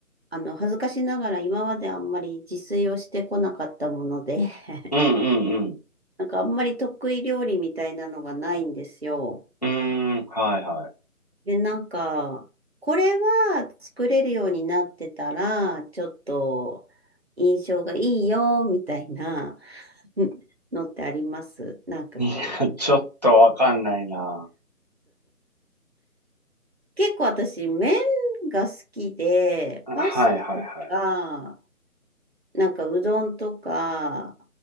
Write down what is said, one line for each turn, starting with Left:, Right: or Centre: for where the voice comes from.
Right: あの、恥ずかしながら今まであんまり自炊をしてこなかったもので <laughs>
Left: うんうん
Right: なんかあんまり得意料理みたいなのがないんですよ。
Left: うん。うーん、はいは
Right: で、なんか、これは作れるようになってたら、ちょっと印象がいいよ、みたいなうんのってありますなんかこう、
Left: い。いや、ちょっとわかんないな。
Right: 結構私、麺が好きで、
Left: あはいはいはい。
Right: パスタとか、なんかうどんとか